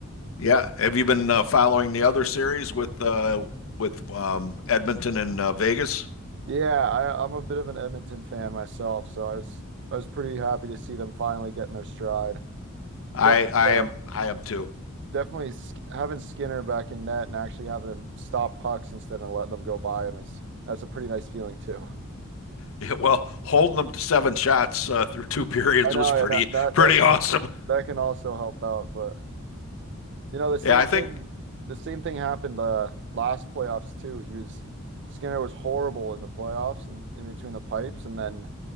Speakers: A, on the left; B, on the right.
A: Yeah. Have you been uh, following the other series with uh, with um, Edmonton and uh, Vegas?
B: Yeah, I, I'm a bit of an Edmonton fan myself, so I was I was pretty happy to see them finally getting their stride.
A: I
B: Definitely,
A: I
B: um,
A: am I am too.
B: definitely sk having Skinner back in net and actually having him stop pucks instead of letting them go by him is that's a pretty nice feeling too.
A: Yeah, well, holding them to seven shots uh, through two <laughs> periods
B: I know,
A: was pretty
B: yeah, that that
A: pretty
B: that can
A: awesome.
B: that can also help out, but you know the same
A: Yeah, I think.
B: thing the same thing happened uh, last playoffs too. He was Skinner was horrible in the playoffs and in between the pipes, and then.